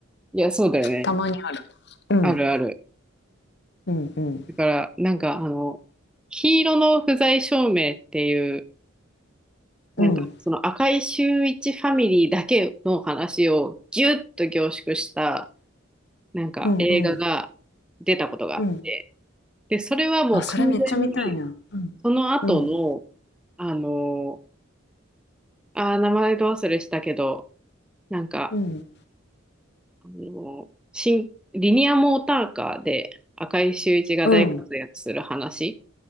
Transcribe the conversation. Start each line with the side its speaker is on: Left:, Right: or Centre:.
Centre: いや、そうだよね。
Left: たまにあるうん
Centre: あるある。
Left: うんうん
Centre: だから、なんかあの、黄色の不在証明っていう、なんかその赤井秀一ファミリーだけの話をギュッと凝縮した、
Left: うん
Centre: なんか映画が出たことがあって、
Left: うんうんうん
Centre: で、それはもう完全に、
Left: あそれめっちゃ見たいなうん
Centre: その後の、
Left: うん
Centre: あの、あー、名前ど忘れしたけど、なんか、
Left: うん
Centre: あの、新、リニアモーターカーで赤井秀一が大活躍する話。
Left: うん